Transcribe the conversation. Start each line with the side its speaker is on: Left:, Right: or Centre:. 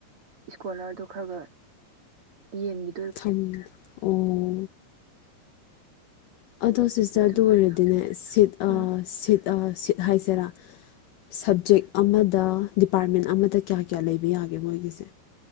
Right: ꯏꯁꯀꯣꯂꯥꯔ‌ꯗꯣ ꯈꯔꯒ ꯌꯦꯟꯒꯤ
Left: ꯊꯝꯅ ꯑꯣ ꯑꯗꯣ ꯁꯤꯁꯇꯔ
Right: ꯑꯗꯨꯃꯥꯏꯅ
Left: ꯗꯨ ꯑꯣꯏꯔꯗꯤꯅꯦ ꯁꯤꯠ ꯑ
Right: ꯎꯝ
Left: ꯁꯤꯠ ꯑ ꯁꯤꯠ ꯍꯥꯏꯁꯦꯔꯥ ꯁꯕꯖꯦꯛ ꯑꯃꯗ ꯗꯤꯄꯥꯔꯠꯃꯦꯟ ꯑꯃꯗ ꯀꯌꯥ ꯀꯌꯥ ꯂꯩꯕ ꯌꯥꯒꯦ ꯃꯣꯏꯒꯤꯁꯦ